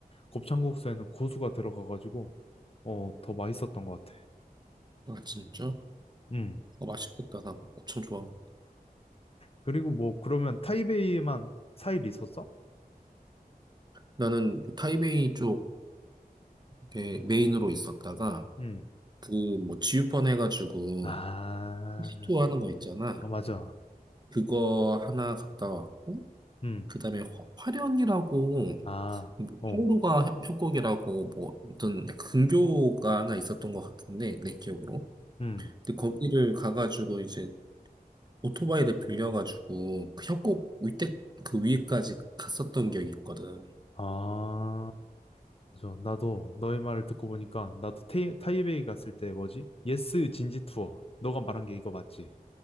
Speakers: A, on the left; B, on the right.
A: 곱창국수에는 고수가 들어가가지고, 어, 더 맛있었던 것 같아.
B: 아, 진짜?
A: 음.
B: 어, 맛있겠다. 나 엄청 좋아.
A: 그리고 뭐, 그러면 타이베이에만 4일 있었어?
B: 나는 그 타이베이 쪽 이렇게 메인으로 있었다가
A: 음.
B: 그 뭐 지우펀 해가지고
A: 아,
B: 시도 하는 거 있잖아.
A: 아, 맞아.
B: 그거 하나 갔다 왔고
A: 음.
B: 그다음에 화- 화련이라고
A: 아,
B: 뭐
A: 어.
B: 항로가 협- 협곡이라고 뭐 어떤 약간 근교가 하나 있었던 것 같은데 내 기억으로.
A: 음.
B: 근데 거기를 가가지고 이제 오토바이를 빌려가지고 그 협곡 위에 그 위에까지 갔었던 기억이 있거든.
A: 아, 맞아. 나도 너의 말을 듣고 보니까, 나도 타이, 타이베이 갔을 때 뭐지? 예스 진지 투어. 너가 말한 게 이거 맞지?